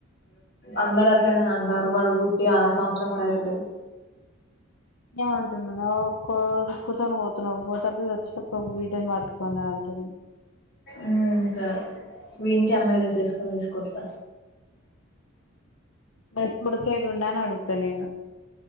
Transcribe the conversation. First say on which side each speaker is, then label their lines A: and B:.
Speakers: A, on the left; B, on the left.
A: అందరు అట్లనే అంటార్రు వాడు వుట్టి ఆ సంవత్సరం కూడా అయితలేదు.
B: ఏమంటుంన్నదా ఒ కొడుకుతోని పోతున్నావ్ పోటో దిగి వచ్చి పాపం బిడ్డని పట్టుకోని రా అంటుంది.
A: ఊమ్ సరే. వీనికె అమ్మాయి డ్రెస్ ఏసుకొని తీసుకో. కొత్త.
B: పేప్పు ఉడుకేదుండా అని అడుగు. తనేనా.